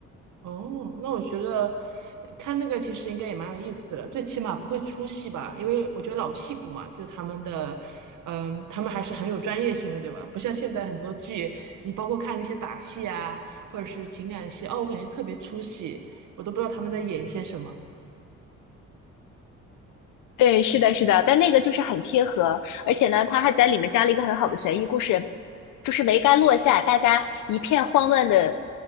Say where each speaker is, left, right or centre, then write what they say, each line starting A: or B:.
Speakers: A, on the right; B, on the left.
A: 哦，那我觉得看那个其实应该也蛮有意思的，最起码不会出戏吧？因为我觉得老戏骨嘛，就他们的，嗯，他们还是很有专业性的，对吧？不像现在很多剧，你包括看那些打戏啊，或者是情感戏，哦，我感觉特别出戏，我都不知道他们在演一些什么。
B: 对，是的，是的，但那个就是很贴合，而且呢，他还在里面加了一个很好的悬疑故事，就是桅杆落下，大家一片慌乱的